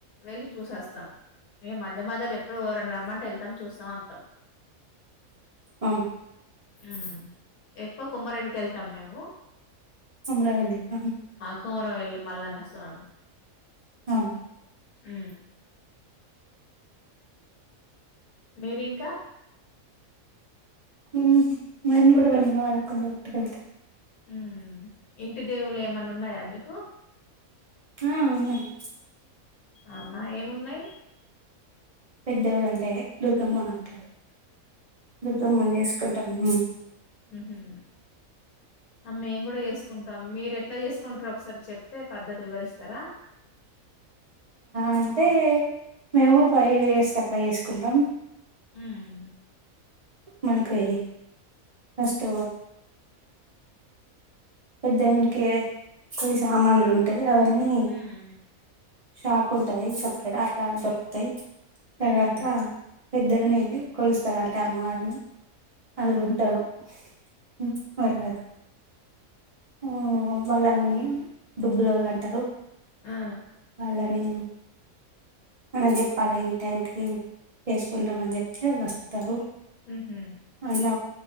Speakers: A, on the left; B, on the right.
A: వెళ్ళి చూసేస్తాం మేము మధ్య మధ్యలో ఎప్పుడడు రెండు రమ్మంటే వెళ్తాం చూస్తాం వస్తాం
B: అఓ
A: ఉ ఎక్కువ కుమ్మరైలుకి వెళ్తాం మేము
B: అమరా వెలికా
A: కోరవల్లి మల్లన్నస్వామి
B: అవును
A: అ మీరింకా
B: హ మేమ్ కూడా విమ్ల వాకం ఒట్టుకెళ్త
A: హ్మ్ ఇంటి దేవుళ్ళ ఏమన్నా ఉన్నాయా మీకు
B: ఆ ఉన్నాయి
A: అవునా ఏమున్నాయి
B: పేదోలంటే దుర్గమ్మ అంటారు దుర్గమ్మ చేసుకుంటాము
A: ఉహ్మ్ అమె కూడా చేస్త సుకుంటాం మీరు ఎట్లా చేసుకుంటారో ఒకసారి చెప్తే పద్ధతి వివరిస్తారా
B: అంటే మేము ఫైవ్ ఇయర్స్కి అట్లా చేేసుకుంటాం
A: హ్మ్
B: మనకు అది ఫస్ట్ పెద్దయినాకీకువ సామాన్లు ఉంటాయి అవన్నీ
A: హ్మ్
B: షాప్ ఉంటాయి సపరేట్ అట్లా దొరుకుతాయి తర్వాత
A: ఉహు
B: పెద్దవిని కొలుస్తారు అంటే అమ్మవరిని అది
A: ఆ
B: ఉంటారు హ్మ్ పర్లేదు ఆ వాళ్ళని డుబ్బుల వాళ్ళు అంటారు
A: ఆ
B: వాళ్ళని
A: <unintelligible>
B: మనం చెప్పాలి ఈ టైంకి చేసుకుంటామని చెప్తే వాళ్ళు వస్తారు
A: ఊహ్మ్మ్
B: అన్న